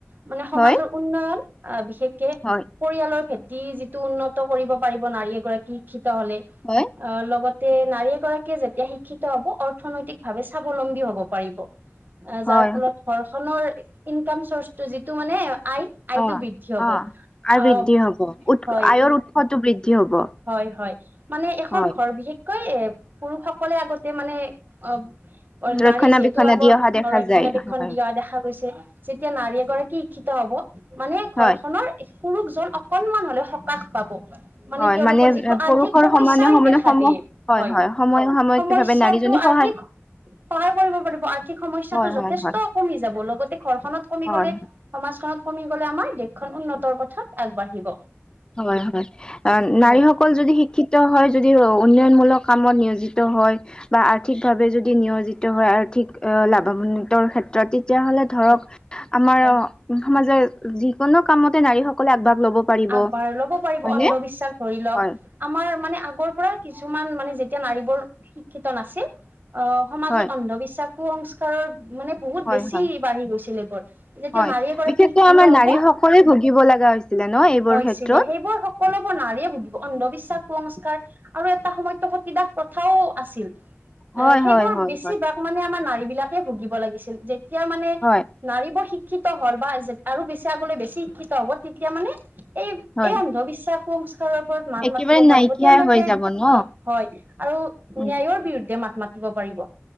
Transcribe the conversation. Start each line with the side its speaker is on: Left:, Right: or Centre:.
Right: মানে সমাজৰ
Left: হয়
Right: উন্নয়ন আহ বিশেষকে
Left: হয়
Right: পৰিয়ালৰ ক্ষে যিটো উন্নত কৰিব পাৰিব নাৰী এগৰাকী শিক্ষিত হলে
Left: হয়
Right: আহ লগত তে নাৰী এগৰাকীয়ে যেতিয়া শিক্ষিত হব অৰ্থনৈতিক ভাৱে স্বাৱলম্বী হব পাৰিব। অ
Left: হয়
Right: যাৰ ফলত ঘৰখনৰ ইনকাম চৰ্চটো যিটো মানে আই আইটো
Left: অ
Right: বৃদ্ধি হব
Left: অ আয় বৃদ্ধি
Right: অহ
Left: হব উৎ
Right: হয়।
Left: আয়ৰ উৎসটো বৃদ্ধি হব
Right: হয় হয় মানে এখন
Left: হয়
Right: ঘৰ বিশেষ কৈ পুৰুষসকলে আগতে মানে অ অ
Left: ৰক্ষণাবেক্ষণ
Right: নাৰী যিহেতু আগৰ
Left: দি অহা দেখা
Right: ৰক্ষণাবেক্ষণ
Left: যায় হয়
Right: দিয়া দেখা গৈছে যেতিয়া নাৰী এগৰাকী শিক্ষিত হব মানে ঘৰখনৰ
Left: হয়
Right: পুৰুষজন অকনমান হলেও সকাহ পাব মানে
Left: হয়
Right: তেওঁলোকৰ যিটো
Left: পুৰুষৰ
Right: আৰ্থিক সমস্যাই
Left: সমানে সমানে
Right: দেখা
Left: সম
Right: দিয়ে হয়
Left: সময় সাময়িক
Right: সমস্যাটো
Left: ভাৱে নাৰীজনী
Right: আৰ্থিক
Left: সহায়
Right: সহায় কৰিব পাৰিব আৰ্থিক সমস্যাটো
Left: হয়
Right: যথেষ্ট
Left: হয় হয়
Right: কমি যাব লগতে ঘৰখনত কমি
Left: হয়
Right: গলে সমাজখনত কমি গলে আমাৰ দেশখন উন্নতৰ পথত আগবাঢ়িব।
Left: হয় হয় আহ নাৰীসকল
Right: হয়
Left: যদি শিক্ষিত হয় যদি উন্নয়নমূলক কামত নিয়োজিত হয় বা আৰ্থিকভাৱে যদি নিয়জিত হয় আৰ্থিক অ লাভান্বিতৰ ক্ষেত্ৰতে তেতিয়াহলে ধৰক
Right: হয়
Left: আমাৰ সমাজৰ যিকোনো কামতে নাৰী সকলে আগ ভাগ ল'ব পাৰিব
Right: আগবাঢ় লব পাৰিব
Left: হয়নে
Right: অন্ধবিশ্বাস ধৰি লওক
Left: হয়
Right: আমাৰ মানে আগৰ পৰা কিছু মান মানে যেতিয়া নাৰীবোৰ শিক্ষিত নাছিল অ সমাজত
Left: হয়
Right: অন্ধবিশ্বাস কুসংস্কাৰৰ মানে বহুত
Left: হয়
Right: বেছি
Left: হয়
Right: বাঢ়ি গৈছিল এইবোৰ যেতিয়া
Left: হয়
Right: নাৰী এগৰাকী
Left: বিশেষকৈ
Right: শিক্ষিত
Left: আমাৰ
Right: হব।
Left: নাৰীসকলে ভুগিব লগা হৈছিলে ন এইবোৰ
Right: হৈছিলে
Left: ক্ষেত্ৰত
Right: সেইবোৰ সকলোবোৰ নাৰীয়ে ভুগিব অন্ধবিশ্বাস কু সংস্কাৰ ৰ আৰু এটা সময়ত সতীদাস প্ৰথাও আছিল। এ
Left: হয়
Right: সেইবোৰ
Left: হয় হয়
Right: বেছি
Left: হয়
Right: ভাগ মানে আমাৰ নাৰী বিলাকে ভুগিব লাগিছিল যে তেতিয়া মানে
Left: হয়
Right: নাৰীবোৰ শিক্ষিত হ'ল বা আৰু বেছি আগলৈ বেছি শিক্ষিত হ'ব তেতিয়া মানে এই
Left: হয়
Right: এই অন্ধবিশ্বাস কুসং স্কাৰৰ ওপৰত মাত
Left: একেবাৰে
Right: মাতিব পাৰিব
Left: নাইকিয়াই
Right: তেওঁলোকে
Left: হৈ যাব ন
Right: হয় হয় আৰু
Left: উম
Right: ন্যায়ৰ বিৰুদ্ধে মাত মাতিব পাৰিব।